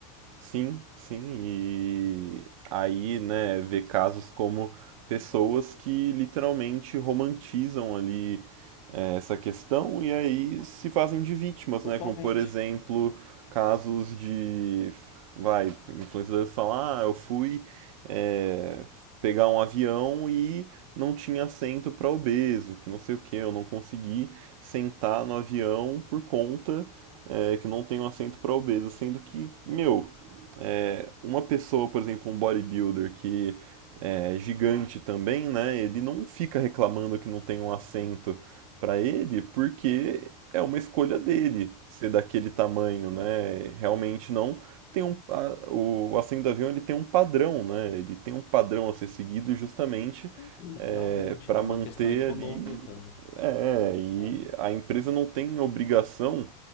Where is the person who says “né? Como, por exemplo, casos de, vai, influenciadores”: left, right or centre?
Right